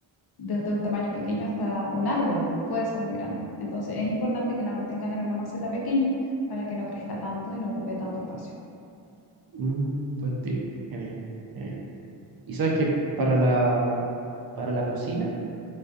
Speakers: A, on the left; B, on the right.
A: desde un tamaño pequeño hasta un árbol, puede ser muy grande. Entonces es importante que la mantengas en una maceta pequeña para que no crezca tanto y no ocupe tanto espacio.
B: Mm, buen tip. Genial, genial. Y sabes que para la, para la cocina,